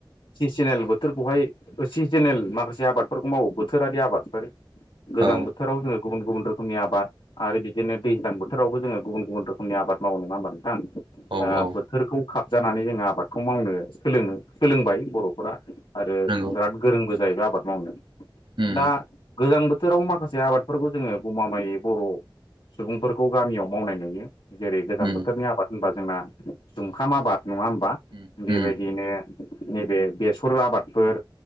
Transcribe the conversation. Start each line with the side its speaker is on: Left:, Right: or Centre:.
Left: सिजोनेल बोथोरखौहाय सिजोनेल माखासे आबादफोरखौ मावो बोथोरारि आबादफोर गोजां
Right: औ
Left: बोथोराव जोङो गुबुन गुबुन रोखोमनि आबाद आरो बिदि नो दैज्लां बोथोरावबो जोङो गुबुन गुबुन रोखोमनि आबाद मावो नङा होमबा नोंथां
Right: औ औ
Left: बोथोरखौ खा जानानै जोङो आबादखौ मावनो सोलोङो सोलोंबाय बर'फोरा आरो
Right: नंगौ
Left: बिराद गोरोंबो जाहैबाय आबाद मावनो
Right: उम
Left: दा गोजां बोथो बोथोराव माखासे आबादफोरखौ जोङो गमामायै बर' सुबुंफोरखौ गामियाव मावनाय नुयो जेरै गोजां
Right: उम
Left: बोथोरनि आबाद होनबा जोंना जुंखाम आबाद नङा होमबा
Right: उम
Left: बेबायदिनो
Right: उम
Left: नैबे बेसर आबादफोर